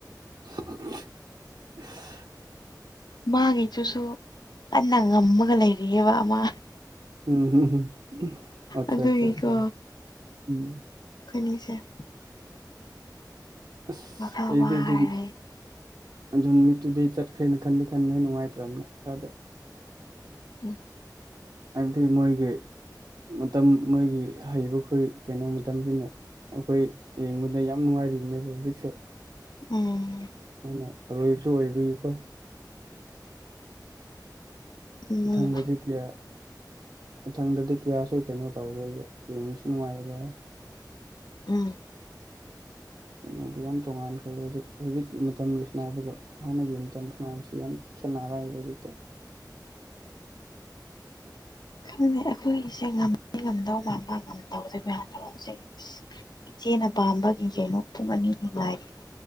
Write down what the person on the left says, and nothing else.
ꯃꯥꯒꯤꯗꯨꯁꯨ ꯀꯟꯅ ꯉꯝꯃꯒ ꯂꯩꯔꯤꯑꯕ ꯑꯃ
ꯑꯗꯨꯒꯤꯀꯣ
ꯐꯅꯤꯁꯦ
ꯋꯥꯈꯜ
ꯋꯥꯔꯦ
ꯎꯝ
ꯎꯝ
ꯎꯝ
ꯎꯝ
ꯈꯪꯗꯦ ꯑꯩꯈꯣꯏꯒꯤꯁꯦ ꯉꯝꯗꯤ ꯉꯝꯗꯧ ꯃꯥꯟꯕ ꯉꯝꯗꯧꯕꯗꯤ ꯃꯥꯟꯗꯕ ꯍꯧꯖꯤ ꯏꯆꯦꯅ ꯄꯥꯝꯕꯒꯤ ꯀꯩꯅꯣ ꯄꯨꯡ ꯑꯅꯤꯐꯥꯎ ꯉꯥꯏꯔꯤ